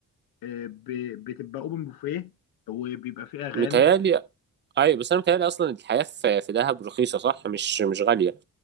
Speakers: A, on the left; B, on the right.
A: آه، ب... بتبقى اوبن بوفيه وبيبقى فيه اغاني
B: متهيألي أيوة بس أنا متهيألي أصلا الحياة في في دهب رخيصة صح مش مش غالية